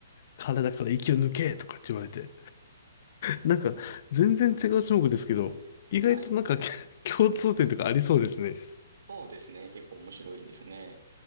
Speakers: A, on the left; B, on the right.
A: 体から息を抜けとかって言われて。なんか、全然違う種目ですけど、意外となんか
B: はい。
A: <laughs> 共通点とかありそうですね。
B: そうですね。結構面白いですね。